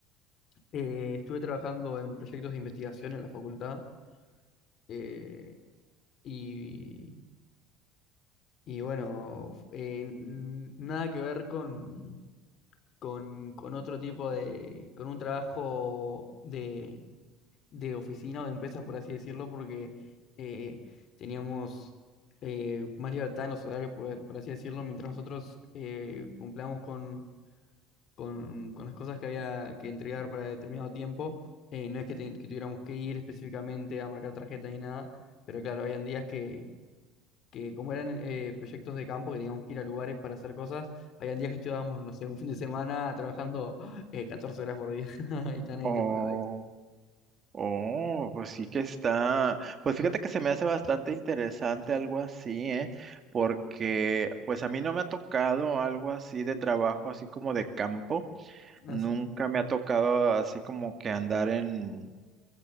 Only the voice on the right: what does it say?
Oh.
Oh, pues sí que está. Pues fíjate que se me hace bastante interesante algo así, ¿eh? Porque pues a mí no me ha tocado algo así de trabajo, así como de campo.
Nunca me ha tocado así como que andar en